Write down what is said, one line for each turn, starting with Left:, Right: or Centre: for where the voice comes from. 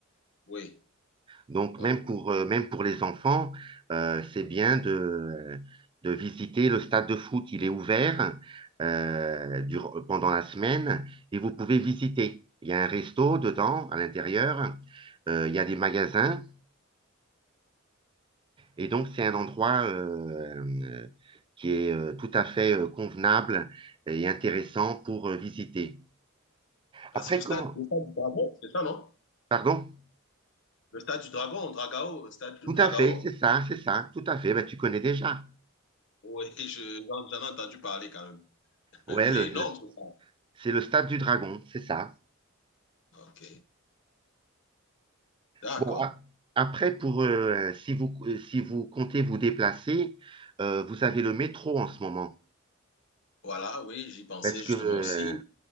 Left: Oui,
Right: Donc,
Left: on
Right: même
Left: le-
Right: pour, euh, même pour les enfants, euh, c'est bien de, de visiter le stade de foot. Il est ouvert euh, dur- pendant la semaine et vous pouvez visiter. Il y a un resto dedans, à l'intérieur. Euh, il y a des magasins. Et donc, c'est un endroit euh, euh, qui est euh, tout à fait euh, convenable et intéressant pour euh, visiter.
Left: Ah,
Right: Après,
Left: c'est le stade,
Right: comment?
Left: le stade du Dragon, c'est ça, non?
Right: Pardon?
Left: Le stade du Dragon, Dragao, le stade du
Right: Tout
Left: Dragao.
Right: à fait, c'est ça, c'est ça, tout à fait. Ben, tu connais déjà.
Left: Oui, je- j'en j'en ai entendu parler quand même. <laughs>
Right: Ouais,
Left: Il
Right: le-
Left: est
Right: le-
Left: énorme, ce stade.
Right: c'est le stade du Dragon, c'est ça.
Left: Ok, d'accord.
Right: Bon, a- après, pour, euh, si vous, si vous comptez vous déplacer, euh, vous avez le métro en ce moment.
Left: Voilà, oui, j'y pensais
Right: Parce que,
Left: justement
Right: euh,
Left: aussi.